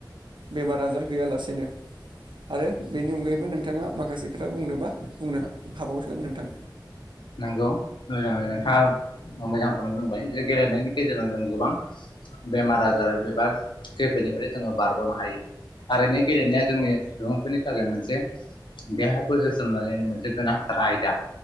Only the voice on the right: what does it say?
बेमार आजार गैयालासेनो आरो बेनि अनगायैबो नोंथाङा माखासे खोथा बुंनोबा बुंनो हाबावगोन नोंथां